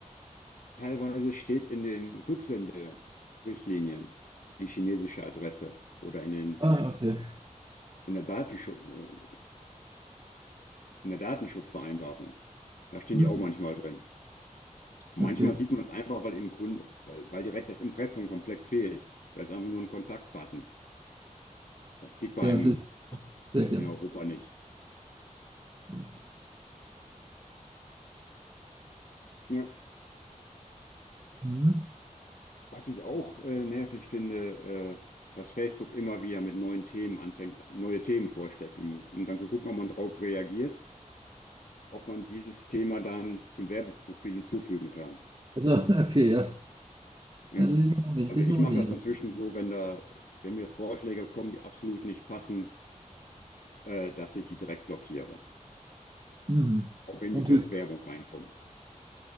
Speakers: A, on the left; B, on the right.
A: Teilweise steht in den Rücksenderichtlinien die chinesische Adresse oder in, den,
B: Ah, okay.
A: in, der Datenschutz, äh, in der Datenschutzvereinbarung. Da stehen
B: Hm,
A: die auch manchmal drin. Manchmal
B: okay.
A: sieht man es einfach, weil im Grunde, weil, weil direkt das Impressum komplett fehlt. Da ist einfach nur ein Kontaktbutton. Das geht bei
B: Ja,
A: einem
B: das sehr gern.
A: in Europa nicht.
B: Das,
A: Ja.
B: hm.
A: Was ich auch äh, nervig finde, äh, dass Facebook immer wieder mit neuen Themen anfängt, neue Themen vorschlägt, um, um dann zu gucken, ob man darauf reagiert, ob man dieses Thema dann zum Werbeprofil hinzufügen kann.
B: Also, <laughs> okay, ja.
A: Ne?
B: Na, das ist mir noch, we- das
A: Also
B: ist
A: ich
B: mir noch
A: mache
B: weniger.
A: das inzwischen
B: aufgefallen.
A: so, wenn da, wenn mir Vorschläge kommen, die absolut nicht passen, äh, dass ich die direkt blockiere,
B: Hm.
A: auch wenn
B: Und
A: die Bewerbung
B: hilft das.
A: reinkommt.